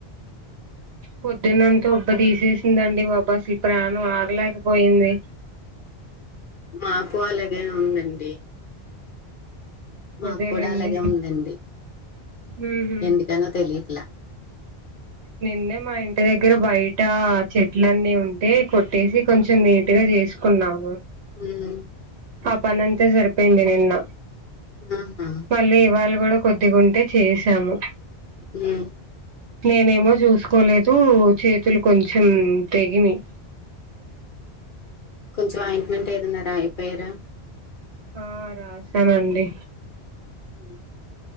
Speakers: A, on the right (about 80°); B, on the left (about 55°).
A: పొద్దున్నంత ఉబ్బ తీసేసిందండి బాబా అసలు ప్రాణం ఆగలేకపోయింది
B: మాకు అలాగే ఉందండి మాకు
A: అదేలేండి
B: కూడా అలాగే ఉందండి
A: ఉహు
B: ఎందుకనో తెలియట్లా
A: నిన్నే మా ఇంటి దగ్గర బయట చెట్లన్నీ ఉంటే కొట్టేసి కొంచెం నీట్గా చేసుకున్నాం
B: హ
A: ఆ పని అంతా సరిపోయింది నిన్న
B: ఆహా
A: మళ్ళీ ఇవాళ కూడా కొద్దిగుంటే చేసాము
B: హ
A: నేనేమో చూసుకోలేదు చేతులు కొంచెం తెగినయ్
B: కొంచెం ఆయింట్మెంట్ ఏదన్నారా రాయపోయారా
A: ఆ రాశానండి
B: హ